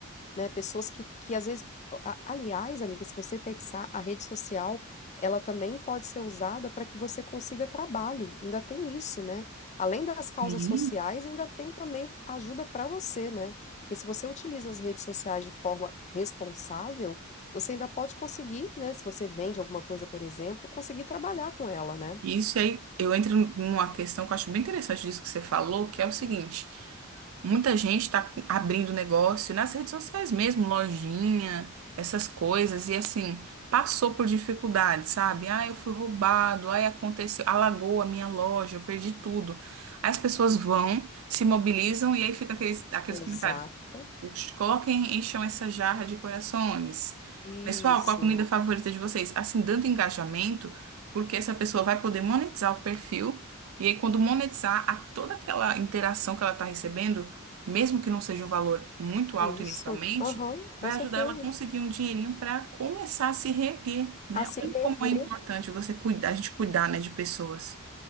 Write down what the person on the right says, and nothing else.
Sim.
Isso e aí, eu entro numa questão que eu acho bem interessante disso que você falou, que é o seguinte: muita gente está abrindo negócio nas redes sociais mesmo, lojinha, essas coisas, e assim, passou por dificuldades, sabe? Ah, eu fui roubado, aí aconteceu, alagou a minha loja, eu perdi tudo. Aí as pessoas vão, se mobilizam e aí fica aqueles, aqueles
comentários. Coloquem, encham essa jarra de corações.
Pessoal, qual a comida favorita de vocês? Assim, dando engajamento, porque essa pessoa vai poder monetizar o perfil. E aí, quando monetizar, a toda aquela interação que ela está recebendo, mesmo que não seja um valor muito alto
inicialmente,
vai
ajudar ela a conseguir um dinheirinho para começar a se reerguer, né?
Olha
como é importante você cuidar, a gente cuidar, né, de pessoas.